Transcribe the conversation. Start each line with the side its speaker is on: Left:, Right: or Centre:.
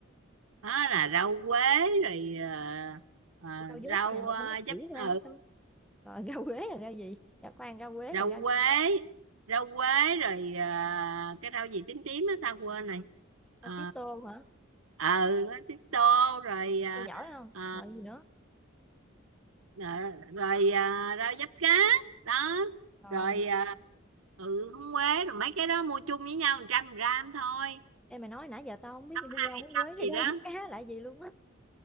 Right: đó là rau quế rồi ờ, ờ,
Centre: Để tao dốt
Right: rau
Centre: đó mẹ
Right: uh,
Centre: mày phải nói kỹ
Right: giấm ừ
Centre: ra mới tao rồi rau quế là rau gì rau khoan rau quế
Right: rau
Centre: rồi rau
Right: quế rau quế rồi ờ, cái rau gì tím tím á tao quên rồi Ờ,
Centre: rau tía tô hả
Right: ừ tía tô rồi ờ,
Centre: tao giỏi không
Right: ờ,
Centre: rồi gì nữa
Right: Ờ, rồi à, rau diếp cá đó
Centre: rồi
Right: rồi à, ừ húng quế rồi mấy cái đó mua chung với nhau một trăm gram thôi
Centre: em mày nói nãy giờ tao không biết
Right: ăn
Centre: rau húng quế
Right: ăn gì đó
Centre: rau diếp cá là gì luôn á